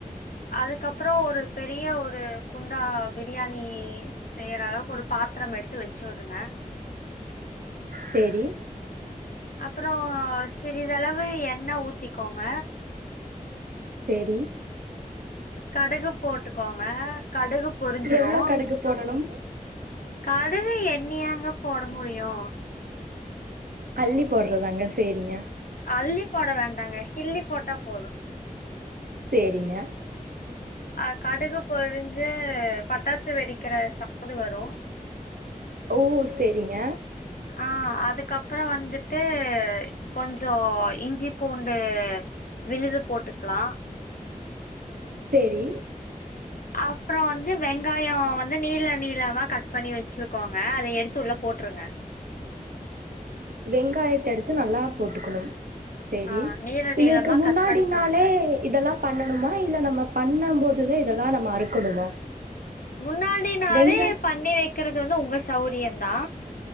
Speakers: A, on the left (about 75°); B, on the right (about 85°).
A: அதுக்கப்புறோ ஒரு பெரிய ஒரு குண்டா பிரியாணி செய்யற அளவுக்கு ஒரு பாத்ரம் எடுத்து வச்சி விடுங்க
B: சேரி
A: அப்றோ சிறிதளவு எண்ண ஊத்திக்கோங்க
B: சேரி
A: கடுகு போட்டுக்கோங்க கடுகு பொரிஞ்சிரு
B: எவ்ளோ கடுகு போடணும்
A: கடுகு எண்ணியாங்க போட முடியு
B: அள்ளி போட்றதாங்க சேரிங்க
A: அள்ளி போட வேண்டாங்க கிள்ளி போட்டா போது
B: சேரிங்க
A: அ கடுகு பொரிஞ்சு பட்டாசு வெடிக்கிற சவுண்டு வரு
B: ஓ சேரிங்க
A: ஆ அதுக்கப்பறோ வந்துட்டு கொஞ்சோ இஞ்சி பூண்டு விழுது போட்டுக்லா
B: சேரி
A: அப்றம் வந்து வெங்காயொ வந்து நீள நீளமா கட் பண்ணி வச்சிருக்கோங்க அத எடுத்து உள்ள போட்ருங்க
B: வெங்காயத்த எடுத்து நல்லா போட்டுக்குணும் சேரி
A: ஆ நீள
B: இதற்கு
A: நீளமா
B: முன்னாடினாலே
A: கட் பண்ணி போட்டுக்கணும்.
B: இதெல்லாம் பண்ணணுமா இல்ல நம்ம பண்ணம் போதுதா இதெல்லாம் நம்ம அறுக்கணுமா
A: முன்னாடி நாளே
B: வெங்க
A: பண்ணி வக்கிறது வந்து உங்க சௌரியந்தா